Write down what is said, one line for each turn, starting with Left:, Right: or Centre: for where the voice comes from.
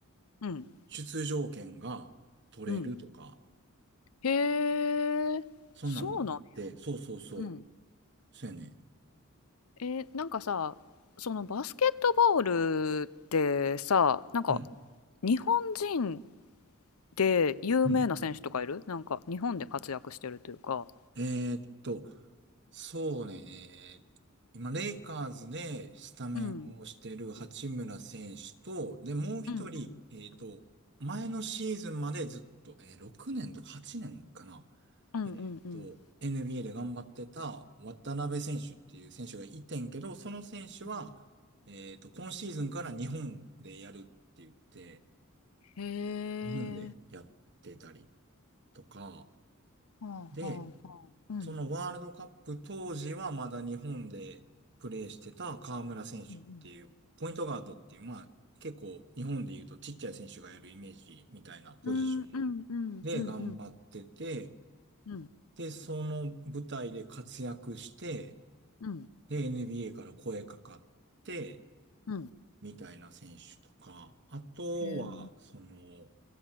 Left: うん。
Right: 出場権が取れるとか、
Left: うん。へえ。
Right: そんなんもあって、
Left: そうなんや。
Right: そうそうそう。
Left: うん。
Right: そうやね。
Left: え、なんかさ、そのバスケットボールってさ、なんか
Right: うん。
Left: 日本人で有名な選手とかいるなんか日本で活躍してるというか。
Right: うんえーっと、そうね、今、レイカーズでスタメンをしてる八村選手と、
Left: うん。
Right: で、もう一人、
Left: うんうん。
Right: えーっと、前のシーズンまでずっと、えー6年とか8年かな、
Left: うんうんうん。
Right: えーっと、NBA で頑張ってた渡辺選手っていう選手がいてんけど、その選手は、
Left: うん
Right: えーっと、今シーズンから日本でやるって言って、
Left: へ
Right: 日本でやってたり
Left: え。
Right: とか、
Left: はあはあはあ。
Right: で
Left: うん。
Right: そのワールドカップ当時はまだ日本でプレーしてた河村選手っていう、
Left: うん
Right: ポイントガードっていう、まあ結構日本で言うとちっちゃい選手がやるイメージみたいなポジション
Left: うん。うん、うんうんうんうん。
Right: で頑張ってて、
Left: うん、
Right: で、その舞台で活躍して、
Left: うん、
Right: で、NBA から声かかって、
Left: うん。
Right: みたいな選手とか、あとは、
Left: へえ。
Right: その、